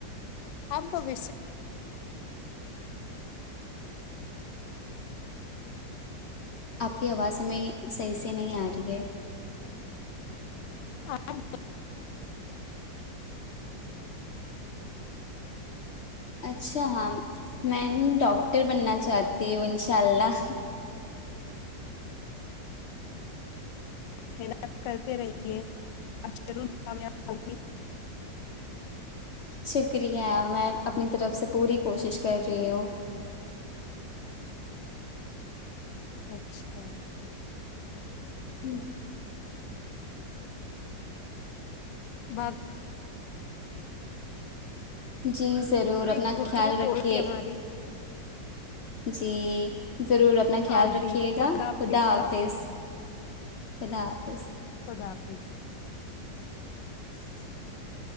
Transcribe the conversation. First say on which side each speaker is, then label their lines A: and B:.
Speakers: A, on the left; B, on the left.
A: اب وش
B: آپ کی آواز ہمیں صحیح سے نہیں آ رہی ہے
A: آپ <inaudible>
B: اچھا ہاں میں ڈاکٹر بننا چاہتی ہوں انشاء اللہ
A: محنت کرتے رہیے آپ ضرور کامیاب ہوگی
B: شکریہ میں اپنی طرف سے پوری کوشش کر رہی ہوں
A: اچھا
B: ہوں
A: م <inaudible> ب <inaudible>
B: جی ضرور اپنا
A: میں گفتگو
B: خیال رکے
A: ہو گئی ہماری
B: جی ضرور اپنا خیال
A: آپ
B: رکھیے
A: بھی
B: گا خدا حافظ
A: ہاں،
B: خدا حافظ
A: خدا حافظ
B: <inaudible>